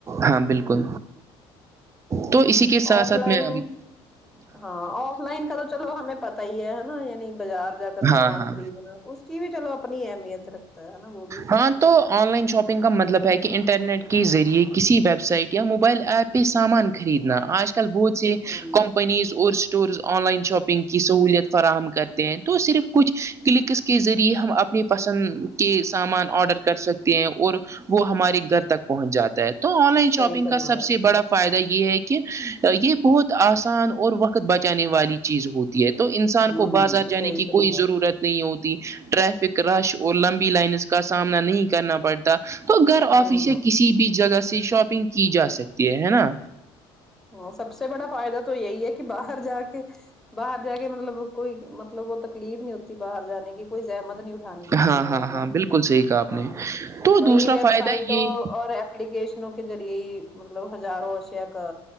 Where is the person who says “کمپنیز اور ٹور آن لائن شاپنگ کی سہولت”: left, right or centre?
Right